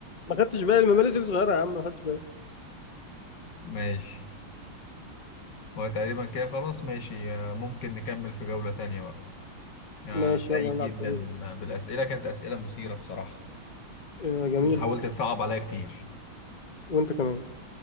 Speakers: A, on the left; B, on the left.
A: ما خدتش بالي ما ماليزيا صغيرة يا عم ما خدتش بالي
B: ماشي وتقريبا كده خلاص ماشي آه، ممكن نكمل في جولة تانية بقى آه،
A: ماشي
B: سعيد
A: يلا نلعب
B: جدا
A: تاني
B: بالأسئلة كانت أسئلة مثيرة بصراحة
A: آه، جميلة
B: كنت حاولت تصعب عليا كتير
A: وأنت كمان